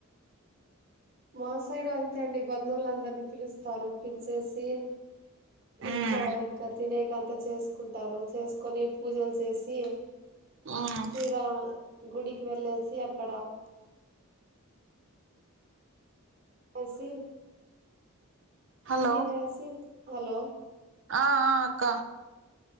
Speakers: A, on the right; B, on the right.
A: మా సైడు అంతే అండి బంధువులందరిని పిలుస్తారు పిలిచేసి
B: ఉమ్
A: ఇంట్లో ఇంకా తినే కంత చేసుకుంటారు చేసుకొని పూజలు చేసి
B: ఉమ్
A: శ్రీరామ్ గుడికి వెళ్ళేసి అక్కడ అసి
B: హలో
A: తినేసి హలో
B: ఆ ఆ అక్క